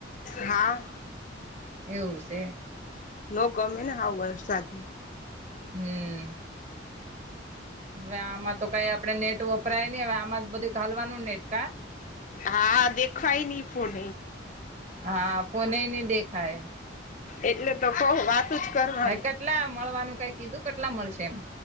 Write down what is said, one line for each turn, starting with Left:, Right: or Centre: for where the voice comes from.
Left: હા
Right: એવું છે.
Left: ન ગમે ને હાવ વરસાદ
Right: હમ્મ હવે આમાં તો કઈ આપડણે નેટ વપરાય નહી હવે આમાં જ બધું ઘાલવાનું નેટ કા
Left: હા દેખવાય નહી ફોન
Right: હા ફોને નહી દેખાય
Left: એટલે તો કઉ વાતું જ કરવાની
Right: હા કેટલા મળવાનું કઈ કીધું કેટલા મળશે એમ